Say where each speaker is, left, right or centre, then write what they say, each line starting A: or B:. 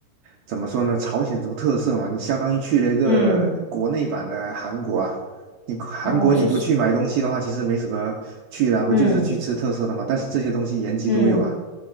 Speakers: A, on the right; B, on the left.
A: 怎么说呢？朝鲜族特色嘛，你相当于去了一个国内版的韩国啊。
B: 嗯，
A: 你韩国你不去买东西的话，
B: 哦，就是，
A: 其实没什么去的啊不就是去吃特色的嘛？
B: 嗯
A: 但是这些东西延吉都有啊。
B: 嗯，